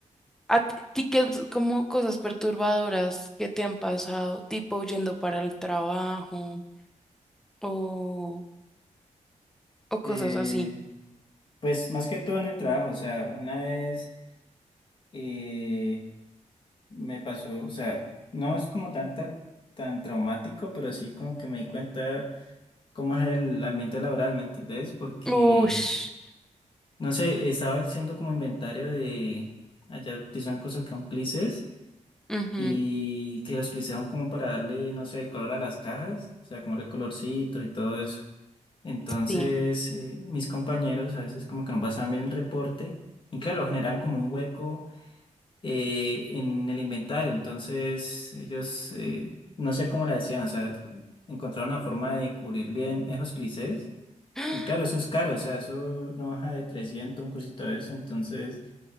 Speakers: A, in the centre; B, on the left.
A: ¿A ti ti qué es como cosas perturbadoras que te han pasado, tipo yendo para el trabajo o, o cosas
B: Eh,
A: así?
B: Pues más que todo en el trabajo, o sea, una vez eh, me pasó, o sea, no es como tanta, tan traumático, pero sí como que me di cuenta cómo es el ambiente laboral, ¿me entendés? Porque,
A: Ush,
B: no sé, estaba haciendo como inventario de, allá utilizan cosas que son clices
A: ujú,
B: y que los clices son como para darle, no sé, el color a las cajas, o sea, como el colorcitos y todo eso. Entonces,
A: sí,
B: eh, mis compañeros a veces como que no pasaban bien el reporte. Y claro, generan como un hueco eh, en el inventario. Entonces, ellos, eh, no sé cómo la decían, o sea, encontraron la forma de encubrir bien esos clichés.
A: <gasps>
B: Y claro, eso es caro, o sea, eso no baja de 300 un cosito de eso. Entonces,